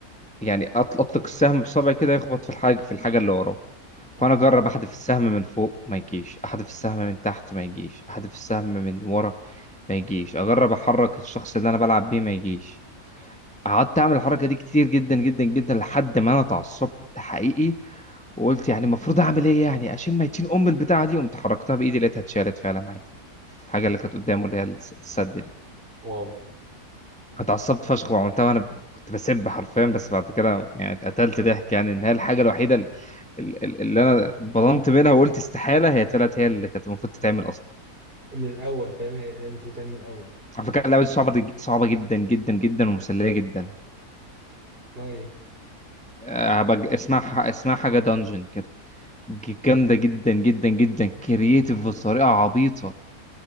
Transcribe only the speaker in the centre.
يعني أط- اطلق السهم بصبعي كده يخبط في الحاجه في الحاجه اللي وراه
فانا اجرب احذف السهم من فوق ما يجيش احذف السهم من تحت ما يجيش احذف السهم من ورا ما يجيش اجرب احرك الشخص اللي انا بلعب بيه ما يجيش قعدت اعمل الحركه دي كتير جدا جدا جدا لحد ما انا اتعصبت حقيقي وقلت يعني المفروض اعمل ايه يعني اشيل ميتين ام البتاعه دي قمت حركتها بايدي لقيتها اتشالت فعلا عادي الحاجه اللي كانت قدامه اللي هي الس- السد دي
اتعصبت فشخ وعملتها وانا ب- كنت بسب حرفيا بس بعد كده يعني اتقتلت ضحك يعني ان هي الحاجه الوحيده ال- ال- ال- اللي انا بضنت منها وقلت استحاله هي طلعت هي اللي كانت المفروض تتعمل اصلا
على فكره اللعبه دي صعبه دي- صعبه جدا جدا جدا ومسليه جدا
آه، هبقى اسمها ح- اسمها حاجه دانجن كده ج- جامده جدا جدا جدا كرييتيف بطريقه عبيطه